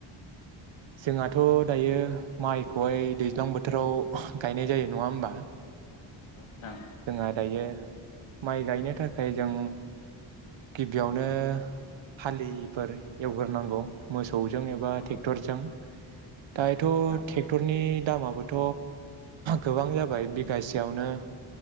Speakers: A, on the right; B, on the left.
A: जोंहाथ' दायो माइखौहाय दैज्लां बोथोराव गायनाय जायो नङा होमबा?
B: औ नोंथां औ
A: जोंहा दायो माइ गायनो थाखाय जों गिबियावनो हालिफोर एवग्रोनांगौ मोसौजों एबा
B: औ
A: ट्रेक्टरजों दायोथ'
B: औ नोंथां
A: ट्रेक्टरनि दामाबोथ' गोबां जाबाय बिगासेयावनो